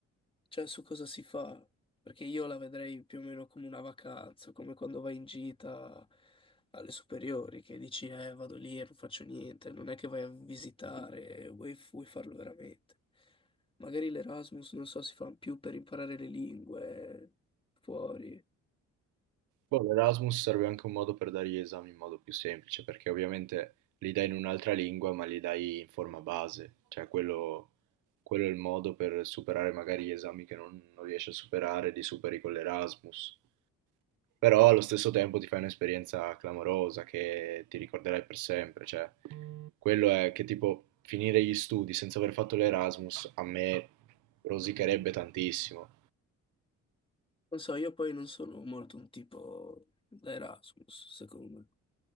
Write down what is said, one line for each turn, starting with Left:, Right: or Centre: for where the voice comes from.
Left: cioè su cosa si fa, perché io la vedrei più o meno come una vacanza, come quando vai in gita alle superiori, che dici, eh, vado lì e non faccio niente, non è che vai a visitare, vuoi, vuoi farlo veramente. Magari l'Erasmus, non so, si fa più per imparare le lingue fuori.
Right: Boh, l'Erasmus serve anche un modo per dare gli esami in modo più semplice, perché ovviamente li dai in un'altra lingua, ma li dai in forma base, cioè quello, quello è il modo per superare magari gli esami che non, non riesci a superare, li superi con l'Erasmus. Però allo stesso tempo ti fai un'esperienza clamorosa che ti ricorderai per sempre, cioè quello è che tipo finire gli studi senza aver fatto l'Erasmus a me rosicherebbe tantissimo.
Left: Non so, io poi non sono molto un tipo da Erasmus, secondo me.